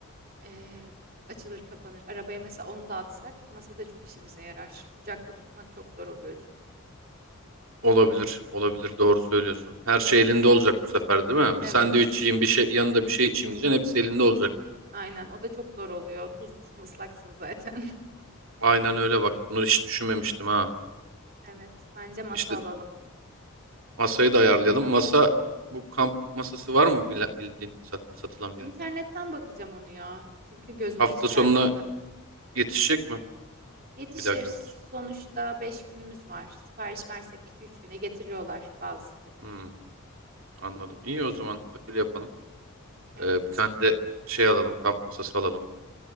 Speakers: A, on the right; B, on the right.
A: Ee, açılır kapanır. Arabaya mesela onu da atsak masa da çok işimize yarar. Kucakta tutmak çok zor oluyor çünkü.
B: Olabilir, olabilir. Doğru söylüyorsun. Her şey elinde olacak bu sefer, değil mi?
A: Evet.
B: Bir sandviç yiyeyim, bir şey yanında bir şey içeyim diyeceksin. Hepsi elinde olacak.
A: Aynen o da çok zor oluyor. Tuzlusun ıslaksın zaten. <laughs>
B: Aynen öyle bak. Bunu hiç düşünmemiştim ha.
A: Evet bence masa
B: İşte
A: alalım.
B: masayı da ayarlayalım. Masa bu kamp masası var mı bile- bildiğin sat- satılan
A: İnternetten
B: bir yer?
A: bakacağım onu ya. Çünkü gözüme
B: Hafta
A: hiç çarpmadı.
B: sonuna yetişecek mi?
A: Yetişir.
B: Bir dahaki hafta sonu.
A: Sonuçta 5 günümüz var. Sipariş versek iki üç güne getiriyorlar bazı siteler.
B: Hmm, anladım. İyi o zaman öyle yapalım.
A: Evet.
B: Ee, bir tane de şey alalım, kamp masası alalım.